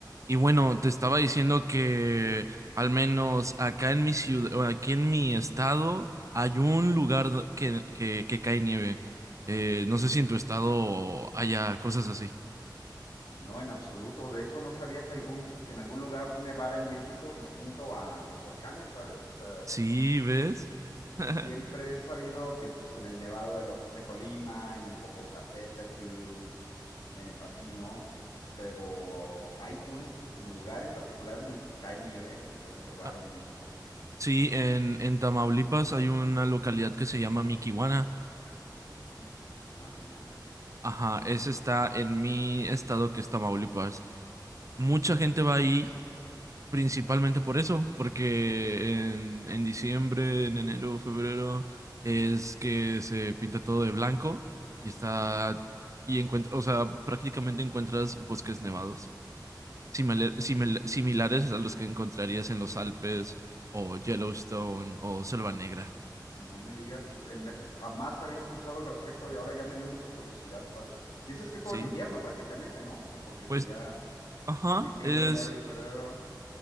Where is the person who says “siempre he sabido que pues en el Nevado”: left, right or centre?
Left